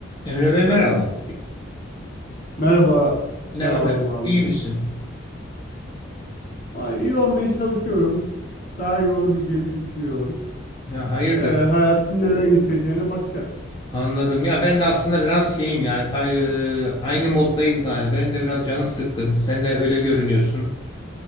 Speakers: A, on the left; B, on the left.
A: Emre Bey merhaba.
B: Merhaba,
A: Ne
B: merhaba
A: var ne
B: Adem
A: yok?
B: abi.
A: İyi misin?
B: Vay, İyi olmaya çalışıyorum. Daha iyi olabileceğimi düşünüyorum.
A: Ya hayırdır?
B: Ee, hayatın neler getireceğine bakacağız.
A: Anladım. Ya ben de aslında biraz şeyim yani pay- e, aynı moddayız galiba. Benim de biraz canım sıkkın. Sen de öyle görünüyorsun.